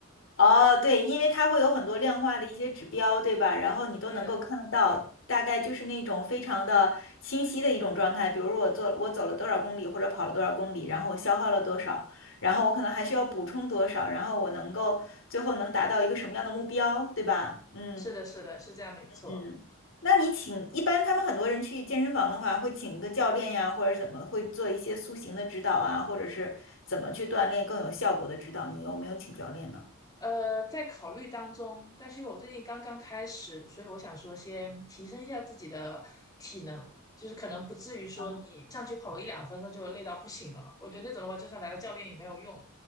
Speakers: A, on the left (about 65°); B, on the left (about 20°).
A: 哦，对，因为它会有很多量化的一些指标，对吧？然后你都能够看得到，
B: 对的，
A: 大概就是那种非常的清晰的一种状态。比如说我做我走了多少公里，或者跑了多少公里，然后我消耗了多少，然后我可能还需要补充多少，然后我能够最后能达到一个什么样的目标，对吧？嗯。
B: 是的，是的，是这样，没错。
A: 嗯，那你请，一般他们很多人去健身房的话，会请一个教练呀，或者怎么，会做一些塑形的指导啊，或者是怎么去锻炼更有效果的指导，你有没有请教练呢？
B: 呃，在考虑当中，但是因为我最近刚刚开始，所以我想说先提升一下自己的体能，就是可能不至于说你上去跑个一两分钟就累到不行了。
A: 啊，
B: 我觉得那种的话，就算来了教练也没有用。